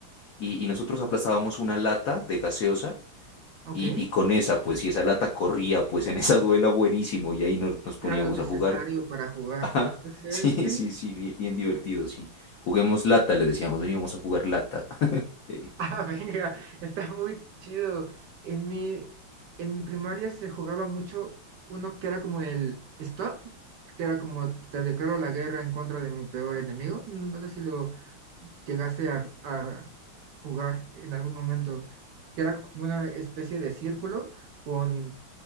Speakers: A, on the left (about 85°); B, on the right (about 70°).
A: Y, y nosotros aplastábamos una lata de gaseosa
B: Ok.
A: y, y con esa, pues, y esa lata corría, pues en esa duela buenísimo, y ahí nos, nos poníamos
B: Era lo necesario
A: a jugar.
B: para
A: <laughs>
B: jugar.
A: Ajá,
B: Ok,
A: sí,
B: sí.
A: sí, sí, bien, bien divertido, sí. Juguemos lata, le decíamos, veníamos a jugar lata. <laughs> Eh,
B: Ah, <laughs> venga, está muy chido. En mi, en mi primaria se jugaba mucho uno que era como el stop, que era como te declaro la guerra en contra de mi peor enemigo. No, no sé si lo llegaste a, a jugar en algún momento, que era como una especie de círculo con